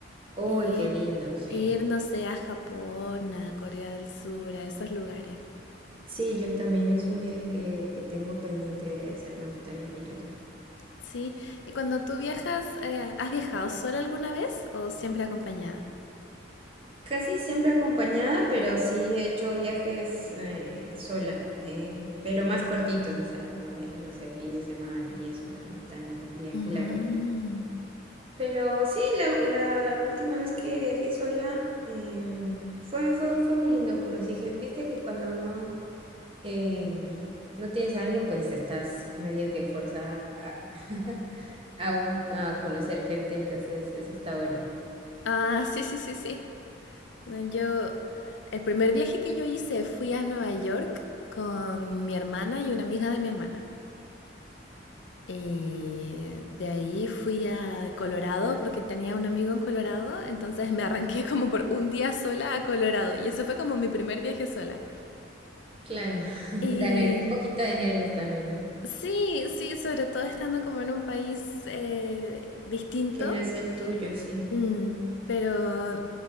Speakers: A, on the right; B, on the left.
A: Uy,
B: ir,
A: qué lindo, sí.
B: ir, no sé, a Japón, a Corea del Sur, a esos lugares.
A: Sí, yo también es un viaje que, que tengo pendiente de hacer, me gustaría ir allá.
B: Sí, y cuando tú viajas, eh, ¿has viajado sola alguna vez o siempre acompañada?
A: Casi siempre acompañada, pero sí he hecho viajes eh, sola, eh, pero más cortitos, o sea, como de, no sé, fin de semana y eso, no, no tan viaje
B: Mm.
A: largo. Pero sí, la, la última vez que viajé sola em, fue, fue, fue muy lindo. Conocí, gen- viste que cuando no, em, no tienes a alguien, pues estás medio que forzada a, <laughs> a, un- a conocer gente, entonces eso está bueno.
B: Ah, sí, sí, sí, sí. No, Yo, el primer viaje que yo hice fui a Nueva York con mi hermana y una amiga de mi hermana. Y de ahí fui a Colorado porque tenía un amigo en Colorado, entonces me arranqué como por un día sola a Colorado y eso fue como mi primer viaje sola.
A: Claro, <laughs>
B: Y
A: da ner- un poquito de nervios también, ¿no?
B: sí, sí, sobre todo estando como en un país eh, distinto,
A: Que no es el tuyo, sí.
B: Mm, pero